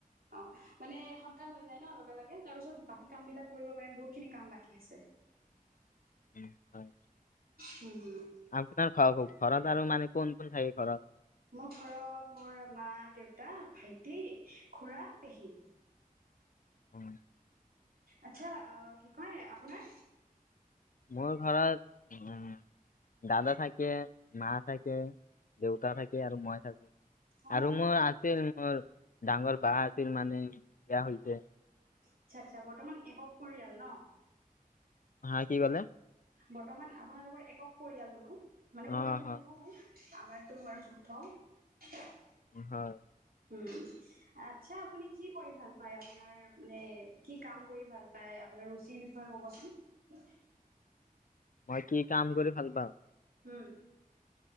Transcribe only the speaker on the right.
অ, মানে সোনকাল হৈ যায় ন লগে লগে তাৰপিছত বাকী কাম বিলাক কৰিব পাৰিম বহুত খিনি কাম বাকী আছে। <inaudible>
হুম হুম
মোৰ ঘৰত মোৰ মা-দেউতা, ভাইটি, খুৰা, পেহী।
আচ্ছা, অ কি কয় আপোনাৰ
অ
আচ্ছা আচ্ছা বৰ্তমান একক পৰিয়াল ন।
বৰ্তমান আপোনালোকৰ একক পৰিয়াল বোলো, মানে
পৰিয়ালটো
সৰু। আমাৰ তো বৰ যুথৌ।
উম। আচ্ছা আপুনি কি কৰি ভাল পায় আপোনাৰ মানে কি কাম কৰি ভাল পায় আপোনাৰ ৰুচিৰ বিষয়ে কোনোবাই কবচোন
উম